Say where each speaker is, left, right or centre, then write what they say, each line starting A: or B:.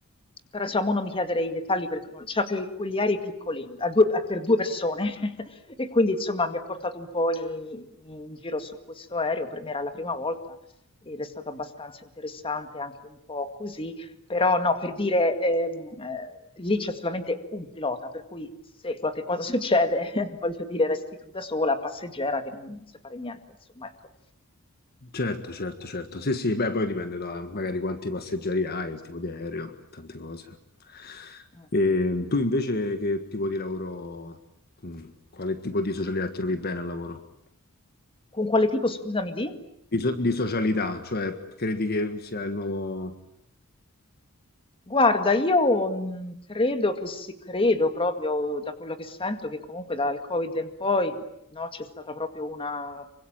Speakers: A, on the left; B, on the left.
A: però diciamo non mi chiedere i dettagli perché non... Cioè, que- quegli aerei piccoli, a due- a- per due persone, <laughs> e quindi insomma mi ha portato un po' in, in giro su questo aereo, per me era la prima volta ed è stato abbastanza interessante anche un po' così. Però no, per dire, ehm, eh, lì c'è solamente un pilota, per cui se qualche cosa <laughs> succede, voglio dire, resti tu da sola, passeggera, che non, non sai fare niente, insomma, ecco.
B: Certo, certo, certo. Sì, sì, beh, poi dipende da magari quanti passeggeri hai, il tipo di aereo, tante cose.
A: Mm.
B: E tu invece che tipo di lavoro, mm, quale tipo di socialità ti trovi bene al lavoro?
A: Con quale tipo, scusami, di?
B: Di, so- di socialità, cioè credi che sia il nuovo...
A: Guarda, io mh, credo che si credo proprio da quello che sento che comunque dal Covid in poi no, c'è stata proprio una,